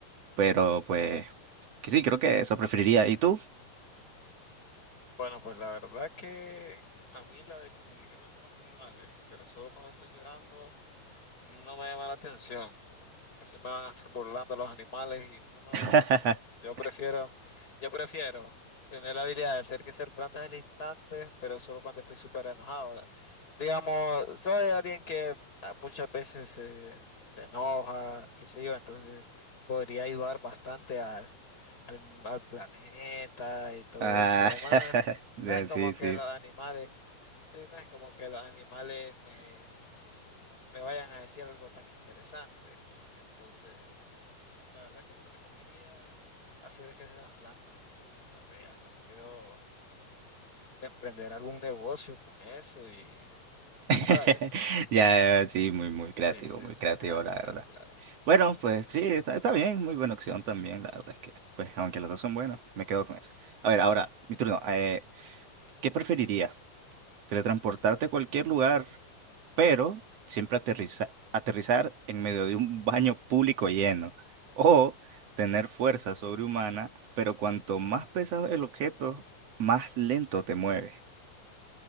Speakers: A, on the right; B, on the left.
A: pero pues que sí, creo que eso preferiría. ¿Y tú?
B: bueno, pues la verdad que a mí la de comunicarme con los animales, pero solo cuando estoy llorando, no me llama la atención. Así me van a estar burlando los animales y no, no,
A: <laughs>
B: no, no. Yo prefiero, yo prefiero tener la habilidad de hacer que ser plantas al instante, pero solo cuando estoy súper enojado. Digamos, soy alguien que ah, muchas veces se, se enoja, qué sé yo, entonces podría ayudar bastante al, al, al planeta y todo
A: Ah,
B: eso. Además,
A: <laughs>
B: no es como
A: sí,
B: que
A: sí.
B: los animales, sí, no es como que los animales me, me vayan a decir algo tan interesante. Entonces... La verdad que yo preferiría hacer crecer las plantas, qué sé yo, tal vez hasta puedo emprender algún negocio con eso y, y tú
A: <laughs>
B: sabes.
A: Ya, sí, muy, muy creativo,
B: Sí, sí,
A: muy
B: sí,
A: creativo,
B: claro,
A: la
B: claro,
A: verdad.
B: claro.
A: Bueno,
B: Sí,
A: pues
B: sí,
A: sí, está,
B: sí.
A: está bien, muy buena opción también, la verdad es que, pues aunque las dos son buenas, pues, me quedo con eso. A ver, ahora, mi turno. Eh, ¿qué preferiría? Teletransportarte a cualquier lugar, pero siempre aterriza- aterrizar en medio de un baño público lleno. O tener fuerza sobrehumana, pero cuanto más pesado el objeto, más lento te mueves.